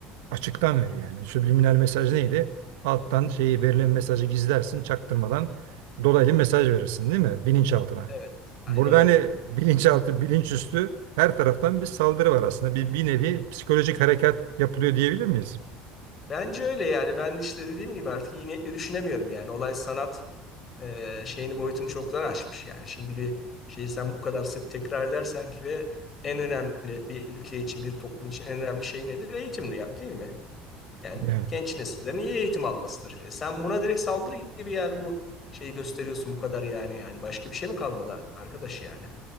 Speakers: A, on the right; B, on the left.
A: açıktan veriyor yani. Subliminal mesaj neydi? Alttan şeyi verilen mesajı gizlersin, çaktırmadan dolaylı mesaj verirsin değil mi? Bilinçaltına.
B: evet aynen
A: Burada
B: öyle.
A: hani bilinçaltı, bilinçüstü her taraftan bir saldırı var aslında. Bir, bir nevi psikolojik harekat yapılıyor diyebilir miyiz?
B: Bence öyle yani ben işte dediğim gibi artık iyi niyetle düşünemiyorum yani olay sanat e, şeyini boyutunu çoktan aşmış yani. Şimdi bir şeyi sen bu kadar sık tekrar edersen ki ve en önemli bir ülke için bir toplum için en önemli şey nedir? Eğitimdir yani değil mi? Yani
A: Yani.
B: genç nesillerin iyi eğitim almasıdır. E, sen buna direkt saldırı gibi yani bu şeyi gösteriyorsun bu kadar yani yani başka bir şey mi kalmadı arkadaş yani